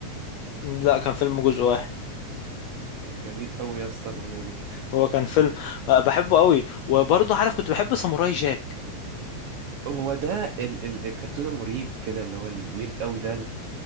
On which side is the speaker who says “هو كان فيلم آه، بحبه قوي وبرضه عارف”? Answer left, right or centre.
Left